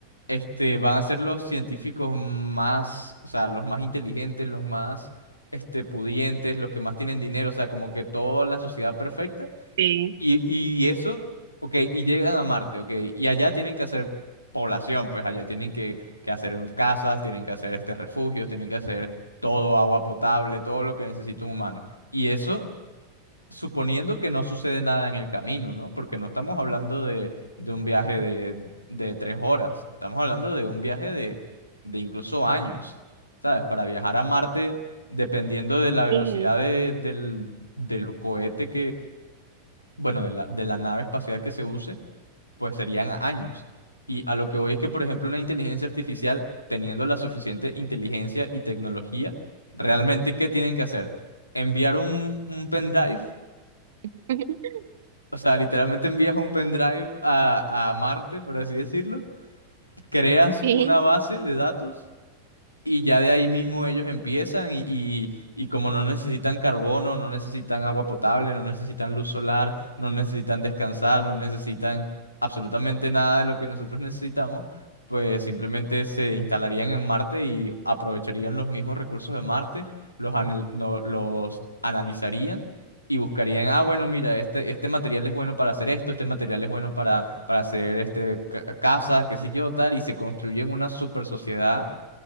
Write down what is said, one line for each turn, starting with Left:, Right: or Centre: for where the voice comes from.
Left: este, van a ser los científicos más, o sea, los más inteligentes, los más, este, pudientes, los que más tienen dinero, o sea, como que toda la sociedad perfecta
Right: Sí.
Left: y, y eso, ok, y llegan a Marte, ok, y allá tienen que hacer población, pues allá tienen que, que hacer un- casas, tienen que hacer este refugios, tienen que hacer todo, agua potable, todo lo que necesita un humano. Y eso suponiendo que no sucede nada en el camino, ¿no? Porque no estamos hablando de, de un viaje de, de tres horas, estamos hablando de un viaje de, de incluso años, ¿sabes? Para viajar a Marte, dependiendo de la velocidad
Right: Sí.
Left: de- del, del cohete bueno, de la, de la nave espacial que se use, pues serían años. Y a lo que voy es que, por ejemplo, una inteligencia artificial, teniendo la suficiente inteligencia y tecnología, realmente, ¿qué tienen que hacer? Enviar un, un pendrive,
Right: <laughs>
Left: o sea, literalmente envías un pendrive a, a Marte, por así decirlo, creas
Right: Sí.
Left: una base de datos Y ya de ahí mismo ellos empiezan y, y- y como no necesitan carbono, no necesitan agua potable, no necesitan luz solar, no necesitan descansar, no necesitan absolutamente nada de lo que nosotros necesitamos, pues simplemente se instalarían en Marte y aprovecharían los mismos recursos de Marte, los, anal- no- los analizarían y buscarían, ah, bueno, mira, este, este material es bueno para hacer esto, este material es bueno para, para hacer este, ca- casas, qué sé yo, tal, y se construyen una super sociedad